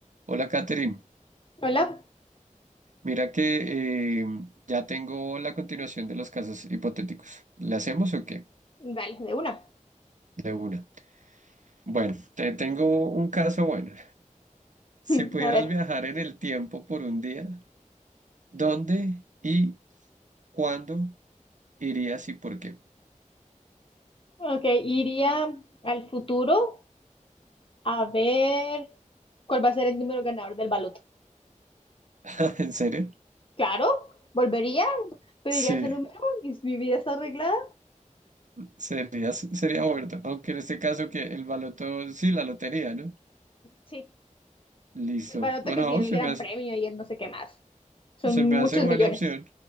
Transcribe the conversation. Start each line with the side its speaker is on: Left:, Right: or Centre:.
Right: Hola, Catherine.
Left: Hola,
Right: Mira que eh, ya tengo la continuación de los casos hipotéticos. ¿Le hacemos o qué?
Left: vale, de una.
Right: De una. Bueno, te tengo un caso bueno. Si
Left: <laughs>
Right: pudieras
Left: A ver,
Right: viajar en el tiempo por un día, ¿dónde y cuándo irías y por qué?
Left: ok, iría al futuro a ver cuál va a ser el número ganador del baloto.
Right: <laughs> ¿En serio?
Left: Claro, volvería, pediría
Right: Sí,
Left: ese número y si mi vida está arreglada.
Right: sería, sería bueno. Aunque en este caso que el baloto, sí, la lotería, ¿no?
Left: Sí,
Right: Listo.
Left: sí, el baloto
Right: Bueno,
Left: que tiene
Right: se
Left: el gran
Right: me hace,
Left: premio y el no sé qué más. Son
Right: se me
Left: muchos
Right: hace buena
Left: millones.
Right: opción.